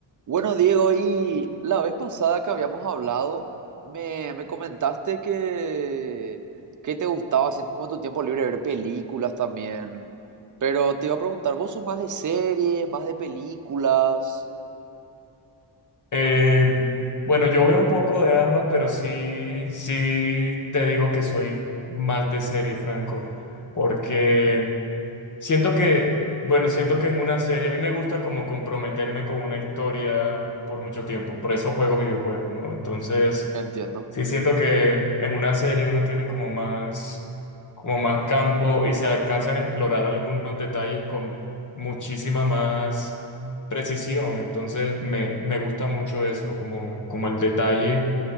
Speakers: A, on the right; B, on the left.
A: Bueno, Diego, y la vez pasada que habíamos hablado, me, me comentaste que, que te gustaba hacer como en tu tiempo libre ver películas también. Pero te iba a preguntar, ¿vos sos más de series, más de películas?
B: Eh, bueno, yo veo un poco de ambas, pero sí, sí te digo que soy más de serie, Franco, porque Siento que, bueno, siento que en una serie a mí me gusta como comprometerme con una historia por mucho tiempo, por eso juego videojuegos, ¿no? Entonces,
A: Entiendo.
B: sí siento que en una serie uno tiene como más, como más campo y se alcanzan a explorar algunos detalles con muchísima más precisión, entonces me, me gusta mucho eso, como, como el detalle